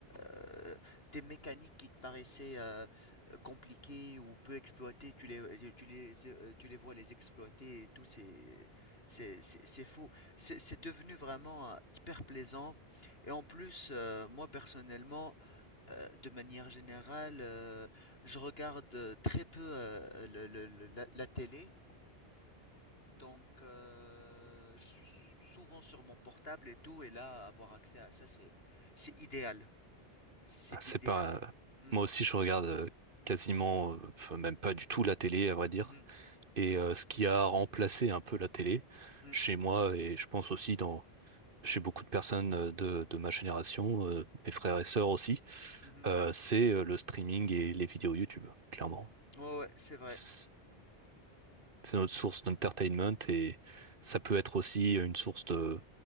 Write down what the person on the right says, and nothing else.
Ah, C'est
pas.
Moi aussi, je regarde euh, quasiment, euh, enfin, même pas du tout la télé, à vrai dire.
Et euh, ce qui a remplacé un peu la télé
chez moi, et je pense aussi dans chez beaucoup de personnes euh, de, de ma génération, euh, mes frères et sœurs aussi,
euh, c'est euh, le streaming et les vidéos YouTube, clairement.
C'est c'est notre source d'entertainment et ça peut être aussi une source de